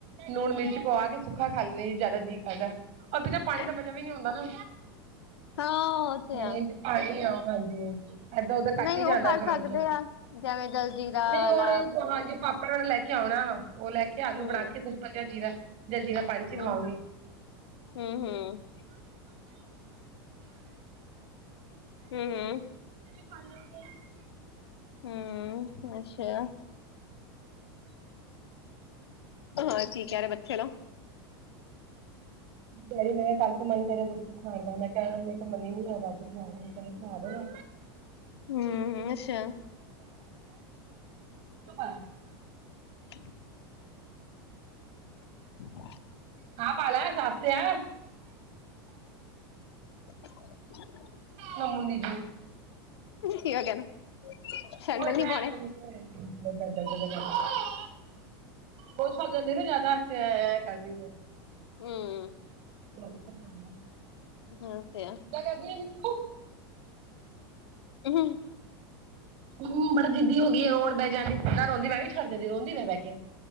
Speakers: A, on the right (about 50°); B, on the left (about 85°).
A: ਨੂਣ ਮਿਰਚ ਪਵਾ ਕੇ ਸੁੱਖਾ ਖਾ ਲੈਂਦੇ ਜੀ ਜ਼ਿਆਦਾ ਜੀਅ ਖਾਦਾ ਉਹਭੀ ਤਾਂ
B: ਅੱਛਾ
A: ਪਾਣੀ ਦਾ ਮਜ਼ਾ ਵੀ ਨਹੀਂਆਉਂਦਾ ਨਾ
B: ਹਾਂ ਉਹ ਤੇ
A: ਮੀ
B: ਆ
A: ਆਣੀ ਹ ਹਾਂਜੀ ਏਦਾਂ ਉਦਾਂ ਘੱਟ
B: ਨਹੀਂ
A: ਹੀ ਜਾਂਦਾ
B: ਉਹ ਕਰ
A: ਖਾਣ
B: ਸਕਦੇ
A: ਤੋਂ
B: ਆ ਜਿਵੇਂ ਜਲਜੀਰਾ
A: ਨਹੀਂ
B: ਵਾਲਾ
A: ਹੁਣ ਹਾਂਜੀ ਪਾਪੜ ਵਾਲਾ ਲੈ ਕੇ ਆਉਣਾ ਉਹ ਲੈ ਕੇ
B: ਹੂੰ
A: ਆਲੂ ਬਣਾ ਕੇ ਸਿੰਪਲ ਜਿ ਜੀਰਾ ਜਲਜੀਰਾ ਪਾਣੀ ਚ
B: ਹੂੰ
A: ਖਾਓ
B: ਹੂੰ ਹੂੰ ਹਮ ਹਮ
A: ਮ ਕੇ <unintelligible>
B: ਹਮ ਅੱਛਾ ਹਾਂ ਕੀ ਕਰੇ ਬੱਚੇ ਨੂੰ
A: ਕਹਿ ਮੈਂ ਕਿਹਾ ਕੱਲ ਤ ਮਨ ਕਰੇ ਰੁਟੀ ਖਾਣ ਦਾ ਮੈਂ ਕਿਹਾ ਮੇਰੇ ਮਨੀ ਨੀ ਆ ਬਾਜ਼ ਖਾਣੀ ਚਕ ਆਗਣਾ
B: ਹੂੰ ਅੱਛਾ
A: <unintelligible> <unintelligible>
B: <inaudible> <inaudible>
A: ਹਾਂ ਪਾਲ ਸਖਤ ਆ
B: <inaudible>
A: ਨਮੂੰਨੀ ਜ
B: ਕੀ ਹੋ ਗਿਆ ਇਹਨੂੰ
A: ਉਹ
B: ਸੈਂਡਲ ਨੀ ਪਾਉਣੇ
A: <unintelligible> ਹੋ ਸੱ ਜਾਂਦੀ ਨਾ ਜਿਆਦਾ ਹ ਕਰਦੀ
B: ਹਮ
A: ਕਦੇ ਸੁ <unintelligible>
B: ਹਾਂ ਤੇ
A: ਕਿੱਦਾਂ ਕਰਦੀ ਆ ਨਿੱਕੂ
B: ਗੋਲਗੱਪੇ
A: ਹਮ ਬੜਾ ਦੀਿੱਦੀ ਹੋ ਗਈ ਆ ਰੋਣ ਬੈ ਜਾਂਦੀ ਕਿੱਦਾਂ ਰੋਂਦੀ ਮੈਂ ਵੀ ਛੱਡਦੀ ਰੋਂਦੀ ਮ ਬੈ ਕੇ